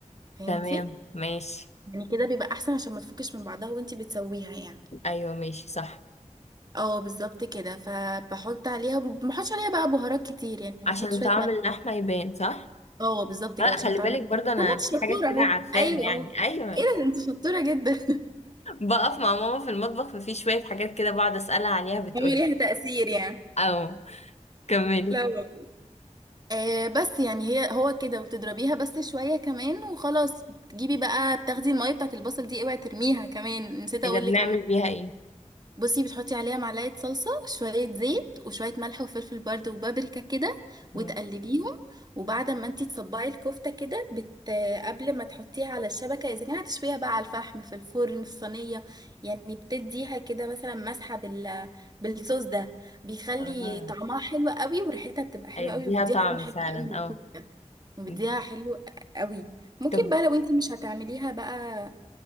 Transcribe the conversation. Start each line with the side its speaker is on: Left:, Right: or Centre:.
Right: فهمتي
Left: تمام ماشي
Right: يعني كده بيبقى احسن عشان ما تفكش من بعضها وانتي بتسويها يعني
Left: ايوه ماشي صح
Right: اه بالظبط كده فبحط عليها ما بحطش عليها بقى بهارات كتير يعني
Left: عشان
Right: بحط شويه
Left: طعم
Right: ملح
Left: اللحمة يبان صح؟
Right: اه بالظبط
Left: لا
Right: كده عشان
Left: خلي
Right: تعمل
Left: بالك
Right: <laughs>
Left: برضه انا
Right: طب ما انت شطوره
Left: في حاجات كده
Right: اهو
Left: عارفاها
Right: ايوه
Left: يعني
Right: اهو
Left: ايوه
Right: ايه ده انت شطوره جدا
Left: بقف مع ماما في المطبخ ففي شوية حاجات كده بقعد اسألها عليها
Right: <laughs>
Left: بتقولي
Right: هي ليها تأثير يعني
Left: او كملي
Right: لا والله آه بس يعني هي هو كده وتضربيها بس شويه كمان وخلاص بتجيبي بقى بتاخدي الميه بتاعت البصل دي اوعي ترميها كمان نسيت اقول
Left: اذا بنعمل
Right: لك
Left: بيها ايه
Right: بصي بتحطي عليها معلقة صلصة شوية زيت وشوية ملح وفلفل برده وبابريكا كده
Left: مم.
Right: وتقلبيهم وبعد ما انتي تصبعي الكفتة كده بت... قبل ما تحطيها على الشبكة اذا كان هتشويها بقى على الفحم في الفرن في الصينية يعني بتديها كده مثلا مسحة بال... بالصوص ده بيخلي
Left: اه
Right: طعمها حلو قوي وريحتها بتبقى حلوة
Left: هيديها
Right: قوي وبيديها
Left: طعم
Right: لون حلو
Left: فعلا
Right: قوي للكفتة
Left: اه
Right: وبيديها
Left: مم.
Right: حلو قوي ممكن
Left: طب
Right: بقى لو انتي مش هتعمليها بقى